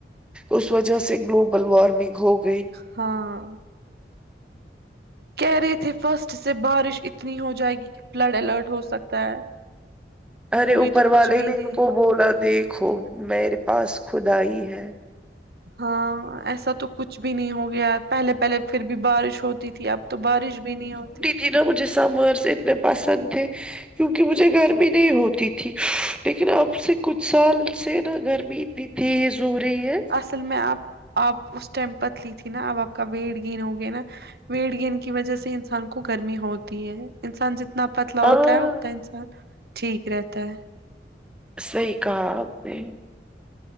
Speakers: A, in the centre; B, on the right.
A: اس وجہ سے گلوبل وارمنگ ہوگی
B: ہاں کہہ رہے تھے فرسٹ سے بارش اتنی ہو جائے گی کہ فلڈ الرٹ ہو سکتا ہے
A: ارے
B: ہوئی
A: اوپر
B: تو کچھ
A: والے
B: بھی
A: نے
B: نہیں
A: ان کو بولا دیکھ خ میرے پاس خدا ہی ہے <unintelligible>
B: ہاں ایسا تو کچھ بھی نہیں ہو گیا پہلے پہلے پھر بھی بارش ہوتی ہوتی تھی اب تو بارش بھی نہیں ہوتی
A: جنوں مجھے سمرس اتنے پسند تھے کیونکہ مجھے گرمی نہیں ہوتی تھی لیکن اب سے کچھ سال سے نا گرمی پیتھیس <unintelligible> ضروری ہے
B: اصل میں آپ آپ اس ٹائم پت لی تھی نا اب آپ کا ویٹ گین ہو گیا نا ویڑ گیند کی وجہ سے انسان کو گرمی ہوتی ہے انسان جتنا اتنا پتلا
A: ہاں
B: ہوتا ہے اتنا انسان ٹھیک رہتا ہے
A: سحی کہا آپ نے <unintelligible>